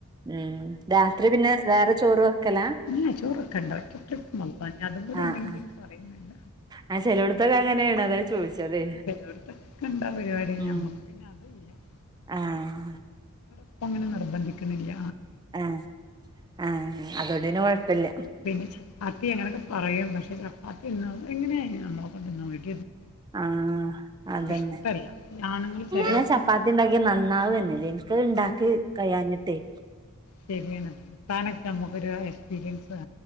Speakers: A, on the right; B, on the left.
A: ഉം രാത്രി പിന്നെ വേറെ ചോറു വെക്കല
B: ഇല്ല ചോറൊക്കെണ്ട ഒറ്റ ട്രിപ്പ്‌ <unintelligible> അതും കൂടി
A: ആഹ്
B: ഉണ്ടെങ്കി പിന്നെ പറയും വേണ്ട
A: ആ ചെലോട്ത്തൊക്കെ അങ്ങനേണ് അതാ ചോയിച്ചത്
B: ചെലോടത്തൊക്കെ ഉണ്ടാ പരിപാടി
A: ഉം
B: ഞമ്മക്ക് പിന്നെ അതില്ല <inaudible>
A: ആഹ്
B: ഇപ്പങ്ങനെ നിർബന്ധിക്കണില്ല
A: ആ ആ അതോണ്ട് പിന്നെ കുഴപ്പമില്ല
B: പിന്നെ <unintelligible> ചപ്പാത്തി അങ്ങനെയൊക്കെ പറയും പക്ഷേ ചപ്പാത്തി തിന്ന് എങ്ങനെയാണ് നമ്മളൊക്കെ ന്ന് വരും
A: ആഹ് അതന്നെ
B: ഇഷ്ടല്ല ആണുങ്ങൾ ചിലവരൊക്കെ
A: ഞാൻ ചപ്പാത്തിണ്ടാക്കിയ
B: തിന്നും
A: നന്നാവെന്നെല്ലേ ഇണ്ടാക്കി കയിയാഞ്ഞിട്ടേ
B: ശരിയാണ്ത്താനൊക്കെ നമ്മുക്കൊരു പിരീട്സാ